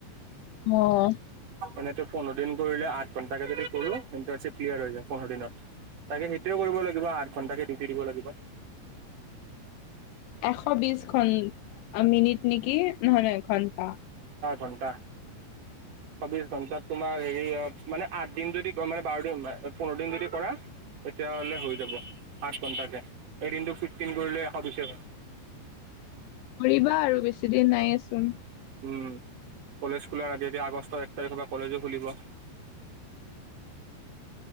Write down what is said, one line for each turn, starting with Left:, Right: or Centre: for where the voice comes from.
Left: অ'
Right: মানেটো পোন্ধৰ দিন কৰিলে আঠ ঘণ্টাকে যদি কৰো ইণ্টাৰ্ণচিপ ক্লিয়াৰ হৈ যায় পোন্ধৰ দিনত। তাকে সেইটোৱে কৰিব লাগিব আঠ ঘন্টাকে ডিউটি দিব লাগিব।
Left: এশ বিশ ঘন মিনিট নেকি নহয় নহয় ঘণ্টা।
Right: ঘণ্টা এশ বিশ ঘন্টাত তোমাৰ হেৰি মানে আঠ দিন যদি মানে বাৰ দিন পোন্ধৰ দিন যদি কৰা তেতিয়া হ'লে হৈ যাব আঠ ঘন্টাকে এদিনটো ফিফটিন কৰিলে এশ বিছে হয়। <inaudible>
Left: কৰিবা আৰু বেছিদিন নাইয়েচোন
Right: উম' কলেজ খোলাৰ আগে আগে আগষ্টৰ এক তাৰিখৰ পৰা কলেজো খুলিব